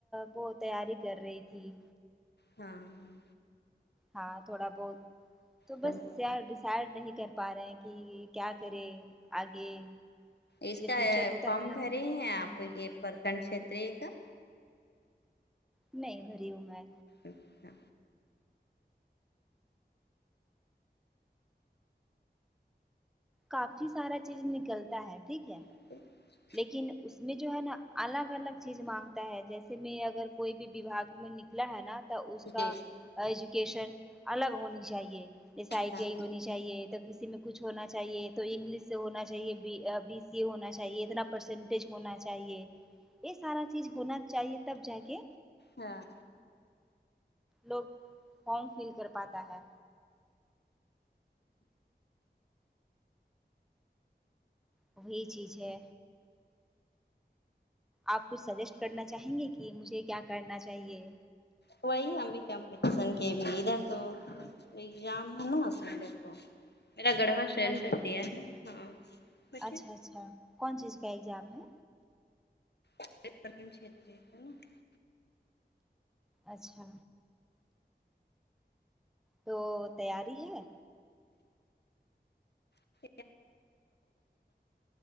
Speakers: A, in the centre; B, on the left.
A: وہ تیاری کر رہی تھی
B: ہاں ہاں
A: ہاں تھوڑا بہت تو
B: سم-
A: بس کیا ڈیسائڈ نہیں کر پا رہے ہیں کہ کیا کرے آگے
B: اس
A: جو
B: کا
A: فیوچر ہوتا
B: فم
A: ہے نا
B: بھرے ہیں آپ
A: ہ
B: یہ پرکنڈ کھیتر کا
A: نہیں بھری ہوں میں
B: اچھا
A: کافی سارا چیز نکلتا ہے ٹھیک ہے
B: <unintelligible>
A: لیکن اس میں جو ہے نا الگ الگ چیز مانگتا ہے جیسے میں اگر کوئی بھی وھاگ میں نکلا ہے نا تو اس کا
B: جی
A: ایجوکیشن الگ ہونی چاہیے جیسے آئی
B: ہاں
A: ٹی آئی ہونی چاہیے تب کسی میں کچھ ہونا چاہیے تو انگلش سے ہونا چاہیے بی ا بی سی اے ہونا چاہیے اتنا پرسینٹیج ہونا چاہیے یہ سارا چیز ہونا چاہیے تب جا کے
B: ہاں
A: لوگ فارم فیل کر پاتا ہے وہی چیز ہے آپ کچھ سجیسٹ کرنا چاہیں گے کہ مجھے کیا کرنا چاہیے
B: وہی ہم بھی کمپٹیشن کے بھی ادھر تو ایگزام نہ سنڈے کو میرا گڑھوا سینٹر
A: سنڈے
B: دیا ہے ہاں بیٹھے
A: اچھا اچھا کون چیز کا ایگزام ہے
B: <unintelligible>
A: اچھا تو تیاری ہے
B: <inaudible>